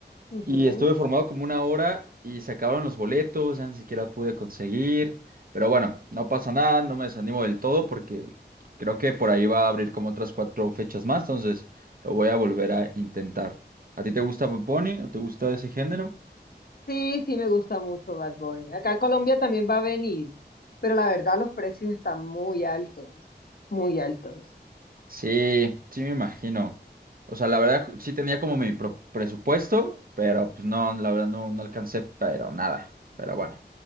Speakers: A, on the left; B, on the right.
A: Ujú.
B: Y estuve formado como una hora y se acabaron los boletos, ya ni siquiera pude conseguir. Pero bueno, no pasa nada, no me desanimo del todo porque creo que por ahí va a abrir como otras cuatro fechas más, entonces lo voy a volver a intentar. ¿A ti te gusta Bad Bunny o te gusta ese género?
A: Sí, sí me gusta mucho Bad Bunny. Acá a Colombia también va a venir, pero la verdad los precios están muy altos, muy altos.
B: Sí, sí me imagino. O sea, la verdad sí tenía como mi pro- presupuesto, pero pues no, la verdad no, no alcancé, pero nada. Pero bueno,